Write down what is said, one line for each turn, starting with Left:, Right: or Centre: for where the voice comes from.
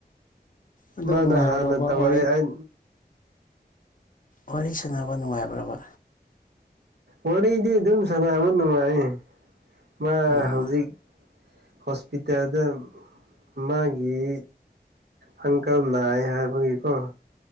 Left: ꯑꯗꯨꯝ
Right: ꯃꯥꯅ
Left: ꯅꯨꯡꯉꯥꯏꯕ꯭ꯔꯕ
Right: ꯍꯥꯟꯅ ꯇꯧꯔꯛꯑꯦ
Left: ꯋꯥꯔꯤ
Right: ꯑꯩ
Left: ꯋꯥꯔꯤ ꯁꯥꯟꯅꯕ ꯅꯨꯡꯉꯥꯏꯕ꯭ꯔꯕ
Right: ꯋꯥꯔꯤꯗꯤ ꯑꯗꯨꯝ ꯁꯥꯟꯅꯕ ꯅꯨꯡꯉꯥꯏ ꯃꯥ
Left: ꯑꯣ
Right: ꯍꯧꯖꯤꯛ ꯍꯣꯁꯄꯤꯇꯥꯜꯗ ꯃꯥꯒꯤ ꯍꯪꯀꯜ ꯅꯥꯏ ꯍꯥꯏꯕꯒꯤꯀꯣ